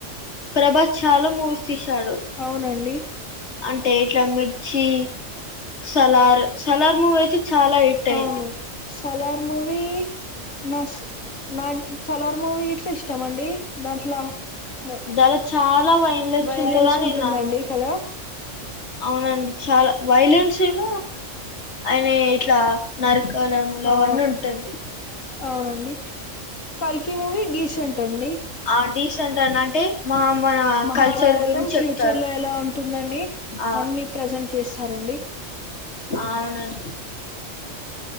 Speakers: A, on the left; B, on the left.
A: ప్రభాస్ చాలా మూవీస్ తీసాడు
B: అవునండి
A: అంటే ఇట్లా మిర్చి సలార్ సలార్ మూవ్ అయితే చాలా హిట్ అయింది
B: అవును సలార్ మూవీ నాస్ నాక్ సోలార్ మూవీ గిట్ల ఇష్టం ఇష్టంమండి దాంట్ల మొత్
A: దాలో చాలా
B: వైలెన్స్
A: ఉంటదని
B: ఉంటుందండి
A: నేను అన్న
B: కదా
A: అవునండి చాలా వైలెన్స్ ఏమో ఆయన ఇట్లా నరకడములు
B: ఆ
A: అవన్నీ ఉంటుంది
B: అవునండి కల్కి మూవీ డీసెంట్ అండి
A: ఆ డీసెంట్ అని అంటే మా మన
B: మహాభారతం
A: కల్చర్ గురించి
B: ఫ్యూ
A: చెప్తాడు
B: చర్ లో ఎలా ఉంటుందని
A: ఆ
B: అన్ని ప్రజెంట్ చేస్తారండి
A: అవునండి